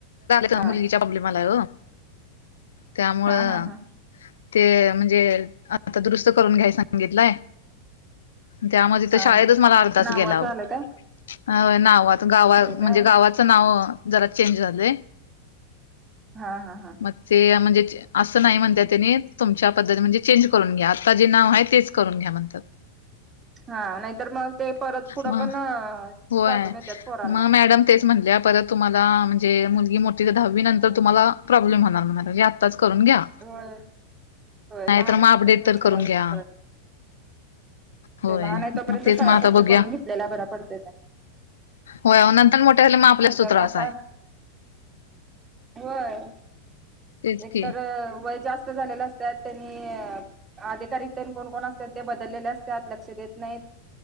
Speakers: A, on the left; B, on the right.
A: ज
B: हा
A: मुलगीच्या प्रॉब्लेमला हो त्यामुळं.
B: हा हा हा
A: ते म्हणजे आता दुरुस्त करून घ्याय सांगितलंय. त्यामध्ये तर
B: हा
A: शाळेतच
B: हा
A: मला अर्धच
B: नावाज
A: गेला.
B: आलंय काय
A: ह नाव गाव
B: होय
A: म्हणजे
B: काय
A: गावाचं नाव जरा चेंज झालंय.
B: हा हा हा.
A: मग ते म्हणजे. असं नाही म्हणत त्यांनी तुमच्या पद्धतीत म्हणजे चेंज करून घ्या आता जे नाव आहे तेच करून घ्या म्हणत. तर.
B: हा नाहीतर मग ते परत थडं
A: मग
B: पण
A: होय.
B: प्रॉब्लेम येतात पोरांना.
A: मग मॅडम तेच म्हणल्या परत. तुम्हाला म्हणजे मुलगी मोठी तर दहावी नंतर तुम्हाला प्रॉब्लेम होणार म्हणाय लागली आत्ताच करून घ्या.
B: होय होय
A: नाहीतर
B: लहान
A: मग
B: आहे तोपर्यंतच
A: अपडेट तर
B: सगळ्या
A: करून
B: गोष्टी
A: घ्या.
B: करायला लागतात.
A: होय
B: ते लहान आहे तोपर्यंत
A: मग तेच
B: सगळ्या
A: मग आता
B: गोष्टी
A: बघूया
B: करून घेतलेल्या बऱ्या पडतत्या.
A: हो नंतर मोठे झाले मग आपल्यास
B: आमच्या
A: तू त्रास
B: आता
A: आहे.
B: होय
A: तेच
B: एकतर
A: की
B: वय जास्त झालेलं असत त्यांनी. अधिकित्या कोण कोण असतात ते बदललेले असते आत लक्ष देत नाहीत.